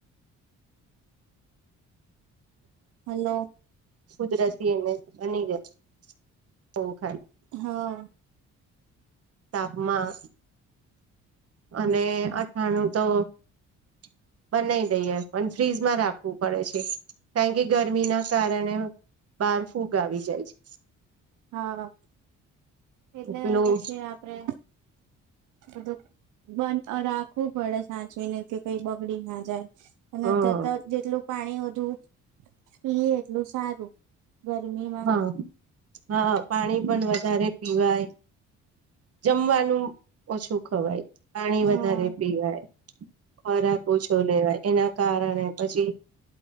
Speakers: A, on the right (about 85°); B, on the right (about 50°).
A: હાલો.
B: કુદરતી એને હનીવેગ <inaudible>
A: હા.
B: તાપમા અને અઠાણું તો <inaudible> બનાઈ દઈએ પણ ફ્રીજમાં રાખવું પડે છે. કારણ કે ગરમી ના કારણે બાર ફૂગ આવી જાય છે.
A: હા એટલે
B: પેલું
A: પછી આપડે બધું બધ રાખવું પડે સાચવીને કે કઈ બગડી ના જાય. અને
B: હા
A: અત્યાર તો જેટલું પાણી વધુ પીએ એટલું સારું. ગરમીમાં.
B: હા, હા. પાણી પણ વધારે પીવાય. જમવાનું ઓછું ખવાય પાણી
A: હા.
B: વધારે પીવાય. ખોરાક ઓછો લેવાય એના કારણે પછી